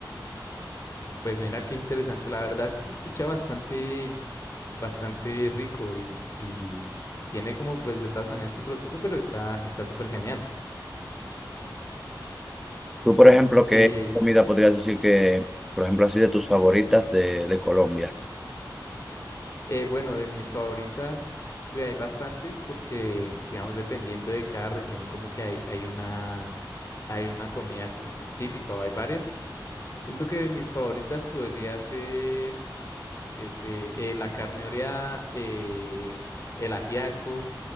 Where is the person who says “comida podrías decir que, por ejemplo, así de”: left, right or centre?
Centre